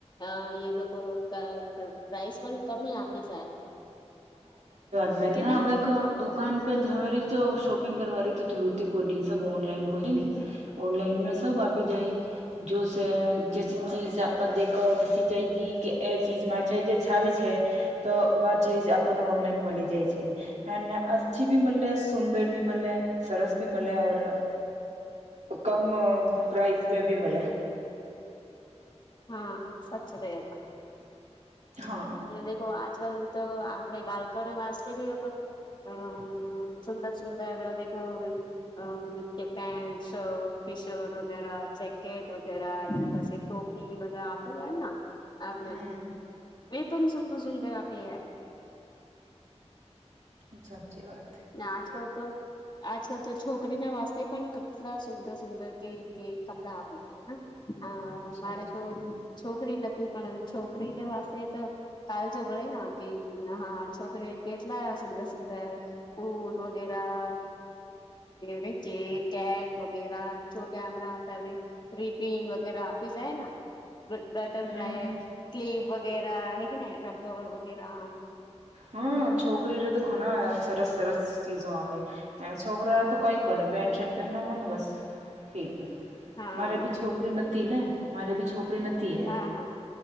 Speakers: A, on the left; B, on the right.
A: આ એ દેખો ક ક પ્રાઇસ પણ કમી આપી જાય
B: બે
A: હે કે
B: નાવે
A: નહી
B: તો દુકાન પે જવેરી ની તો શોપિંગ કરવારી તો જરૂરત કો ની સબ ઓનલાઈન હોય ને ઓનલાઈન મે સબ આપી જાય જો સ જસી ચીજ આપ દેખા જસી ચાઇજી કે એ ચીજ મા સૈજે આવે છે તો વાહ ચીજ આપણને ઓનલાઈન મળી જાય છે હ ને આછી ભી મળે છે સુંદર ભી મલે સરસ ભી મલે ઔર કમ પ્રાઇઝ મે ભી મલે
A: હા સચ રહ હતા
B: હા
A: ને દેખો આજકાલ તો આપણે બાલ્કનો વાસતે બી પણ અ સુંદર સુંદર દેખો પન્ટ શર્ટ ટી શર્ટ વગે જેકેટ વગે એને પાસે ટોપ બધા આપી રહયા આપણે
B: હમ
A: એકમ સુંદર સુંદર આપે
B: સાચી વાત
A: ને આજકાલ તો આજકાલ તો છોકરી ના વાસ્તે પણ કેટલા સુંદર સુંદર કે કે કપડા આપી દેે હ
B: સાચી
A: મારે તો છોકરી નથી પણ છોકરીને વાસ્તે તો કાલજો ભળેના કે હા છોકરી કેટલા સુંદર સુંદર બૂટ વગેરા રે <unintelligible> છે <unintelligible> કેપ વગેરા છોટા હમણાં રીપિંગ વગેરે આપી જાયને બ બટરફ્લાય
B: હમ
A: ક્લીપ વગેરા હે કે ન રબ્બર વગેરા
B: હા છોકરીરે તો ઘણા સરસ સરસ ચીજો આવે છોકરા તો કઈ કો ન પેન્ટ શર્ટ પહેનાવોને બસ ઠીક
A: હા
B: મારે બી છોકરી નથી ને મારે બી છોકરી નથી તી એ
A: હા હા